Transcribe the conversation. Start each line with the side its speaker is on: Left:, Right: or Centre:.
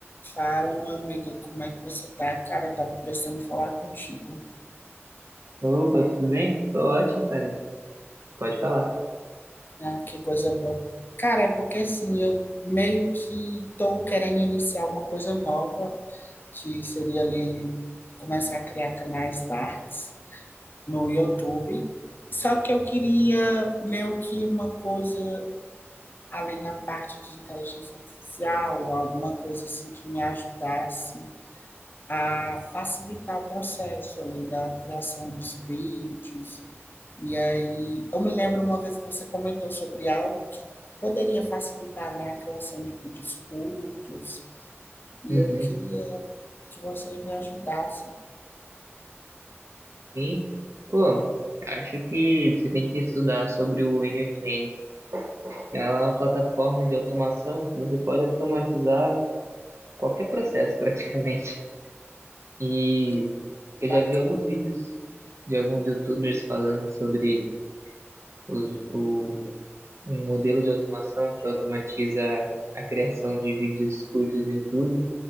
Left: Fala, meu amigo, como é que você tá? Cara, eu tava precisando falar contigo.
Right: Opa, tudo bem? Tô ótimo, cara. Pode falar.
Left: Ah, que coisa boa. Cara, é porque assim, eu meio que tô querendo iniciar uma coisa nova, que seria ali começar a criar canais darks no YouTube. Só que eu queria meio que uma coisa além na parte de inteligência artificial, alguma coisa assim que me ajudasse a facilitar o processo ali da criação dos vídeos E aí, eu me lembro uma vez que você comentou sobre algo que poderia facilitar, né, a criação de vídeos curtos, e
Right: Uhum.
Left: eu queria que você me ajudasse.
Right: Sim. Pô, acho que você tem que estudar sobre o N8N, que ela é uma plataforma de automação que você pode automatizar qualquer processo <laughs> praticamente. E
Left: E
Right: eu
Left: Bacana.
Right: já vi alguns vídeos de alguns YouTubers falando sobre os- o, um modelo de automação que automatiza a criação de vídeos curtos no YouTube.